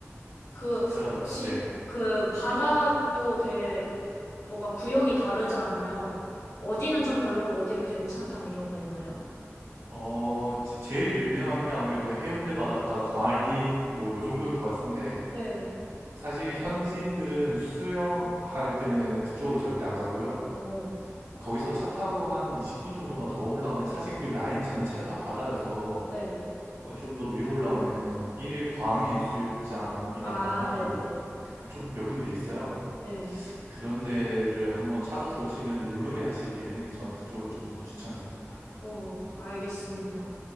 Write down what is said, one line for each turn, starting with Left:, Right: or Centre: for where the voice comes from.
Left: 그,
Right: 진짜
Left: 혹시,
Right: 네.
Left: 그, 바다도 되게 뭔가 구역이 다르잖아요. 어디는 좀 별로고, 어디는 괜찮다, 이런 거 있나요?
Right: 어 제- 제일 유명한 게 아무래도 해운대 바닷가 광안리 뭐 요 정도일 것 같은데
Left: 네.
Right: 사실 현지인들은 수영할 때는 그쪽으로 절대 안 가고요.
Left: 오,
Right: 거기서 차 타고 한 20분 정도만 더 올라가면 사실 그 라인 전체가 다 바다여서
Left: 네.
Right: 어, 좀 더 위로 올라가면은 일광해 수욕장이라던가
Left: 아, 네네.
Right: 뭐 좀 몇 군데 있어요.
Left: 네.
Right: 그런 데를 한번 찾아서 오시면 물놀이 하시기에는 저는 그쪽을 좀 더 추천드립니다.
Left: 오, 알겠습니다.